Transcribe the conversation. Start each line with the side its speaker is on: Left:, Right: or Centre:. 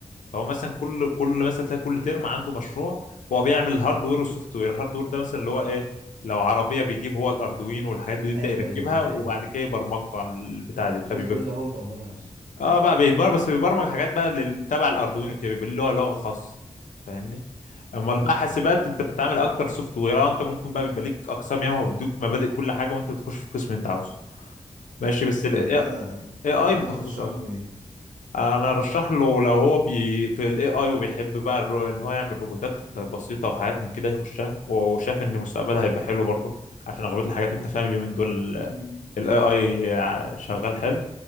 Left: فهو مثلا كل كل مثلا تلاقي كل ترم عنده مشروع هو بيعمل الهاردوير والسوفت وير الهاردوير ده مثلا اللي هو ايه لو عربيه بيجيب هو الاردوين والحاجات دي ويبدا
Right: ايوه
Left: يركبها
Right: ايوه انا فاهم
Left: وبعد كده يبرمجها على البتاع دي فبيبقى
Right: السوفت وير
Left: في-
Right: ده هو البرمجة نفسه
Left: اه بقى بيتبرمج بس بيبرمج حاجات بقى لل- تبع الاردوين وكده بيبقى له لغه خاص فاهمني امال
Right: فاهمك
Left: بقى حاسبات
Right: فاهم
Left: انت بتتعامل اكتر سوفت وير اه انت ممكن بقى بيبقى ليك اقسام ياما وبيدوك مبادئ كل حاجه وانت بتخش في القسم اللي انت عاوزه ماشي بس الاي
Right: طب انت
Left: اي
Right: انت
Left: متخصص
Right: ترشح له ايه
Left: انا ارشح له لو هو بي في الاي اي وبيحب بقى الر- ان هو يعمل روبوتات بسيطه وحاجات من كده يخشها وشاف ان مستقبلها هيبقى حلو برضه عشان اغلبيه الحاجات انت فاهم اليومين دول
Right: مم.
Left: الاي اي شغال حلو